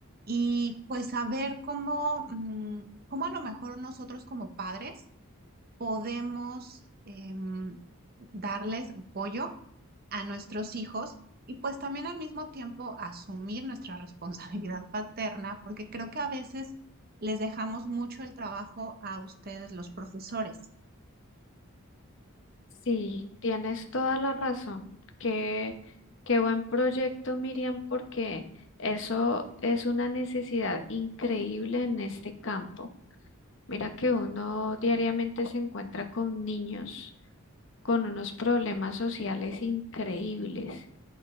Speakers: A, on the right; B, on the left.
A: y pues saber cómo, mm, cómo a lo mejor nosotros como padres podemos em, darles apoyo a nuestros hijos y pues también al mismo tiempo asumir nuestra <laughs> responsabilidad paterna, porque creo que a veces les dejamos mucho el trabajo a ustedes, los profesores.
B: Sí, tienes toda la razón. Qué, qué buen proyecto, Miriam, porque eso es una necesidad increíble en este campo. Mira que uno diariamente se encuentra con niños con unos problemas sociales increíbles